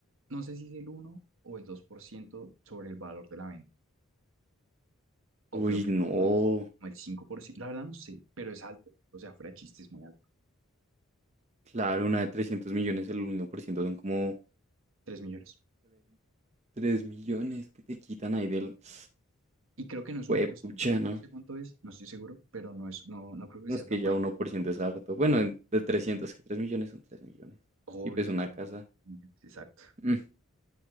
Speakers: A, on the right (about 70°); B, on the right (about 30°).
A: no sé si es el uno o el 2% sobre el valor de la venta. O
B: uy,
A: creo que
B: no.
A: era más, como el 5%. La verdad no sé, pero es alto. O sea, fuera de chiste, es muy alto.
B: Claro, una de 300 millones, el uno por ciento son como
A: tres millones.
B: 3 millones que te quitan ahí del... <sighs>
A: Y creo que no es
B: Pues
A: uno por ciento, No
B: ¿no?
A: sé cuánto es, no estoy seguro, pero no es, no, no creo que
B: No
A: sea
B: es que
A: tan bajito
B: ya uno por
A: como
B: ciento
A: 1%.
B: es harto. Bueno, en- de trescientos que 3 millones son 3 millones.
A: Obvio,
B: Y pues una
A: 3
B: casa.
A: millones, 3 millones, exacto.
B: Mm,